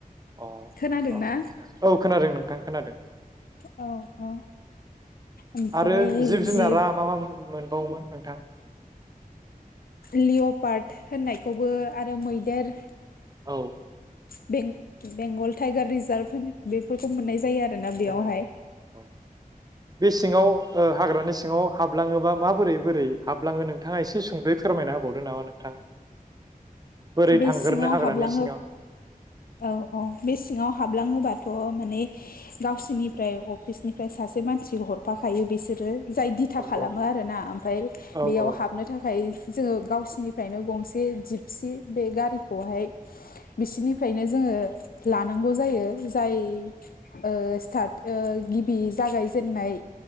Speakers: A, on the right; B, on the left.
A: अ
B: खोनादोंना
A: औ औ खोनादों नों आं खोनादों
B: अ अ ओमफ्राय
A: आरो जुनारा
B: जिब
A: मा मा मोनबावोमोन नोंथां
B: लिअपार्ट होननायखौबो आरो मैदेर
A: औ
B: बें बेंगल टाइगार रिजार्भ होन बेफोरखौ मोननाय जायो जायो आरोना
A: मोननाय
B: बेयावहाय
A: जायो औ बे सिङाव ओ हाग्रानि सिङाव हाबलाङोबा माबोरै बोरै हाबलाङो नोंथाङा एसे सुंदयै फोरमायना होबावदो नामा नोंथां बोरै
B: बे
A: थांगोरनो
B: सिङाव
A: हाग्रानि
B: हाबलाङो
A: सिङाव
B: औ औ बे सिङाव हाबलाङोबाथ' थ माने गावसोरनिफ्राय अफिसनिफ्राय सासे मानसि हरफाखायो बिसोरो जाय दिथा
A: औ
B: खालामो
A: औ
B: आरो ना ओमफ्राय
A: औ
B: बेयाव
A: औ
B: हाबनो थाखाय जोङो गावसिनिफ्रायनो गंसे जिपसि बे गारिखौहाय बिसिनिफ्रायनो जोङो लानांगौ जायो जाय ओ स्टार्ट ओ गिबि जागायजेनन्नाय